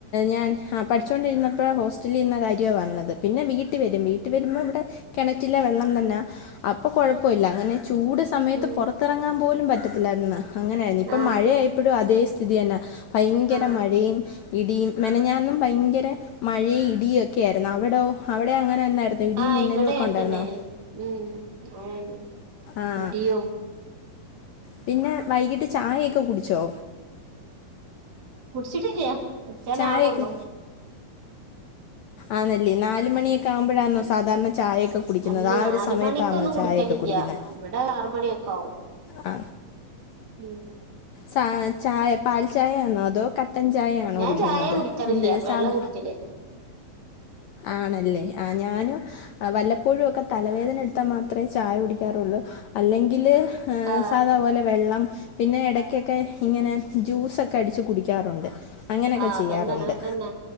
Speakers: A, on the left; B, on the right.
A: ഞാൻ ആ പഠിച്ചൊണ്ടിരുന്നപ്പോ ഹോസ്റ്റലിന്ന കാര്യവാ വന്നത് വീട്ടിൽ വരും വീട്ടിൽ വരുമ്പോൾ ഇവിടെ കിണറ്റിലെ വെള്ളം തന്നാ. അപ്പൊ കുഴപ്പ ഇല്ല അങ്ങനെ ചൂട് സമയത്ത്
B: ഉം
A: പുറത്തിറങ്ങാൻ പോലും പറ്റത്തില്ലായിരുന്നുന്നാ അങ്ങനെയായിരുന്നു ഇപ്പ
B: ആ
A: മഴയായപ്പോഴും അതേ സ് ഥിതി തന്ന പ
B: ആ
A: ല്ല മഴയും ഇടിയും മെനഞ്ഞാന്നും ഭയങ്കര മഴയും ഇടിയൊക്കെ ആയിരുന്നു അവിടോ അവിടെ അങ്ങനെ തന്നായിരുന്നു ഇടിയും
B: ആ
A: മിന്നലും
B: ഇവിടെ
A: ഒക്കെ
B: അങൻ
A: ഉണ്ടായിരുന്നോ
B: തന്നേനി ഉം മഴണ്ട്
A: ആഹ്
B: ഇടിയും
A: പിന്നെ വൈകിട്ട് ചായയൊക്കെ കുടിച്ചോ
B: കുടിച്ചിട്ടില്ല്യാ കുടിച്ചാനാണൊള്ളൂ
A: ചായയൊക്കെ ആന്നല്ലേ നാല് മണിയൊ ക്ക ആവുമ്പോഴാന്നോ
B: ഉം
A: സാധാരണ ചായയൊക്കെ കുടിക്കുന്നത്
B: അല്ല
A: ആ
B: നാല്
A: ഒരു സമയത്താണോ
B: മണിക്കൊന്നും കുടിക്കലില്ല
A: ചായയൊക്കെ കുടിക്കുന്നെ
B: ഇവിടെ ആറ് മണിയൊക്കെ ആവും
A: ആ
B: <unintelligible>
A: ച ചായ പാൽ ചായയാണോ അതോ ക ട്ടൻ ചായയാണോ
B: ഞാൻ
A: കുടിക്കുന്നത്
B: ചായ കുടിക്കാറില്ല
A: എൻദര്
B: വെള്ള
A: സാധ
B: കുടിക്കല്
A: ആണല്ലേ ആ ഞാനും വല്ലപ്പോഴും ഒക്കെ തലവേദന എടുത്താൽ മാത്രമേ ചായ കുടിക്കാറുള്ളൂ അല്ലെങ്കില് ഏ
B: ആ
A: സാധാപോലെ വെള്ളം പിന്നെ ഇടക്കൊക്കെ ഇങ്ങനെ ജ്യൂസൊക്കെ അടിച്ചു കുടിക്കാറുണ്ട് അങ്ങനെയൊക്കെ
B: ആ അതന്നെ
A: ചെയ്യാറുണ്ട്
B: അങ്ങനെ തന്നെ